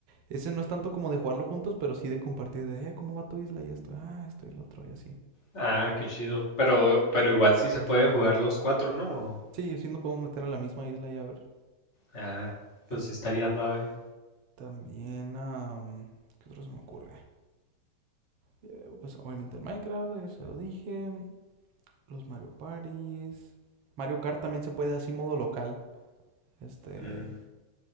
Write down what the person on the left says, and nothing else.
ah, qué chido. Pero, pero igual sí se puede jugar los cuatro, ¿no?
Ah,
pues sí estaría suave.
Mm,